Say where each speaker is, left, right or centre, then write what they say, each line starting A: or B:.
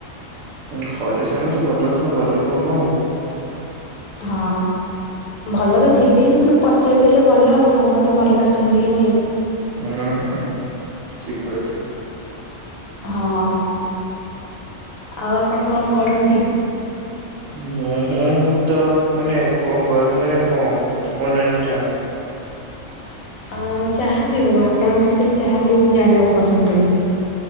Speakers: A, on the right; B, on the left.
A: ଘରେ ସମସ୍ତେ ଭଲ ଅଛନ୍ତି। ଘର ଲୋକଙ୍କୁ କଣ ହବ?
B: ହଁ, ଭଲ ତ ଥିବେ, କିନ୍ତୁ ପଚାରିଦେଲେ ଭଲ ଆଉ ସମସ୍ତେ ଭଲରେ ଅଛନ୍ତି କି ନାଇଁ?
A: ହୁଁ ହୁଁ ଠିକ୍ କହିଲୁ।
B: ହଁ ଆଉ ଆପଣ କଣ କରନ୍ତି।
A: ଉଁ ହୁଁଁ ମୁଁ ତ ମାନେ କଣ କରନ୍ତି ମାନେ କଣ କଣ ଜାଣିବାକୁ ଚାହାଁନ୍ତି?
B: ଅ ଯାହା ବିି ହଉ ଆପଣଙ୍କ ବିଷୟରେ ଯାହାବି ହଉ ମୁଁ ଜାଣିଆକୁ ପସନ୍ଦ କରିବି।